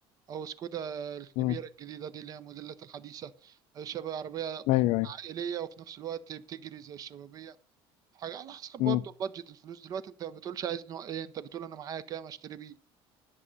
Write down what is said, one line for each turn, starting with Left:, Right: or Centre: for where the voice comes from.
Right: أو سكودا الكبيرة
Left: مم.
Right: الجديدة دي اللي هي موديلات الحديثة آه، شباب عربية
Left: ايوه ايوه
Right: عائلية وفي نفس الوقت بتجري زي الشبابية حاجة على حسب برضه
Left: مم.
Right: البادجت الفلوس دلوقتي انت ما بتقولش عايز نوع ايه انت بتقول انا معايا كام اشتري بيه